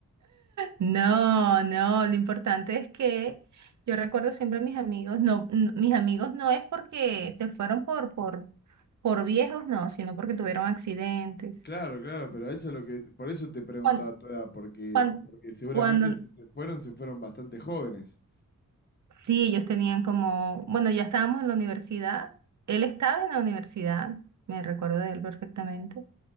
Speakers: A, on the right; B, on the left.
A: No, no, lo importante es que yo recuerdo siempre a mis amigos, no, n- mis amigos no es porque se fueron por, por, por viejos, no, sino porque tuvieron accidentes.
B: Claro, claro, pero eso es lo que, por eso te preguntaba
A: Cuando,
B: tu edad, porque,
A: cuando,
B: porque seguramente
A: cuando
B: si se fueron, se fueron bastante jóvenes.
A: sí, ellos tenían como, bueno, ya estábamos en la universidad, él estaba en la universidad, me recuerdo de él perfectamente.